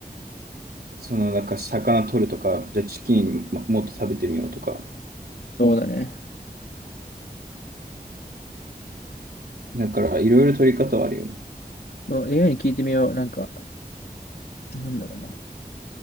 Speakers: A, on the right; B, on the left.
A: その、なんか魚取るとか、じゃあチキンももっと食べてみようとか。
B: そうだね。
A: だから、いろいろ取り方はあるよね。
B: そう AI に聞いてみよう。なんか、なんだろうな。